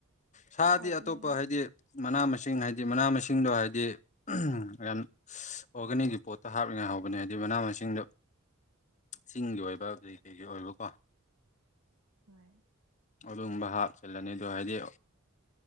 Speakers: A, on the left; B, on the right.
A: ꯁꯥꯗꯤ
B: ꯊꯤ ꯍꯥꯎꯕꯅꯦꯉꯣ
A: ꯑꯇꯣꯞꯄ ꯍꯥꯏꯗꯤ ꯃꯅꯥ ꯃꯁꯤꯡ ꯍꯥꯏꯗꯤ ꯍꯥꯏꯗꯤ ꯃꯅꯥ ꯃꯁꯤꯡꯗꯣ ꯍꯥꯏꯗꯤ ꯌꯥꯝ ꯑꯣꯔꯒꯥꯅꯤꯛꯀꯤ ꯄꯣꯠꯇ ꯍꯥꯞꯂꯤꯉꯥꯏ ꯍꯥꯎꯕꯅꯦ ꯍꯥꯏꯗꯤ ꯃꯅꯥ ꯃꯁꯤꯡꯗꯣ
B: <inaudible>
A: ꯆꯤꯡꯒꯤ ꯑꯣꯏꯕ ꯀꯩ ꯀꯩꯒꯤ ꯑꯣꯏꯕꯀꯣ
B: ꯍꯣꯏ
A: ꯑꯗꯨꯒꯨꯝꯕ ꯍꯥꯞꯆꯤꯜꯂꯅꯤ ꯑꯗꯣ ꯍꯥꯏꯗꯤ